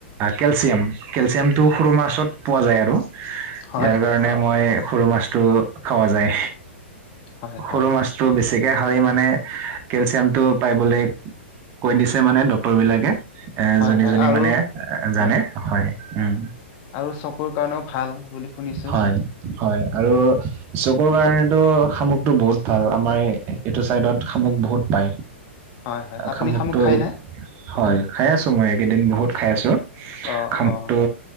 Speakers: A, on the right; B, on the left.
A: কেলচিয়াম কেলচিয়ামটো সৰু মাছত পোৱা যায় আৰু
B: হয়,
A: ইয়াৰ
B: হয়, হয়,
A: কাৰণে মই সৰু মাছতটো খোৱা যায়
B: হয়, হয়,
A: সৰু মাছতটো বেছি গতিকে খালি মানে কেলচিয়াম টো পাইবলৈ কৈ দিছে মানে ডক্তৰ বিলাকে। এ
B: হয়,
A: যোনী
B: হয়
A: যোনী
B: আৰু
A: মানে জানে
B: হয়,
A: উম
B: হয়, আৰু চকুৰ কাৰণেও ভাল বুলি শুনিছো।
A: হয় হয় আৰু চকুৰ কাৰণেতটো শামুকটো বহুত ভাল আমাৰ এইটো চাইডত শামুক বহুত পায়
B: হয়, হয়, আপুনি
A: খামগটো
B: শামুক খায়নে?
A: হয় খাই আছো। মই এইকেইদিন বহুত খাই আছো,
B: অ',
A: খামোকটো
B: অ',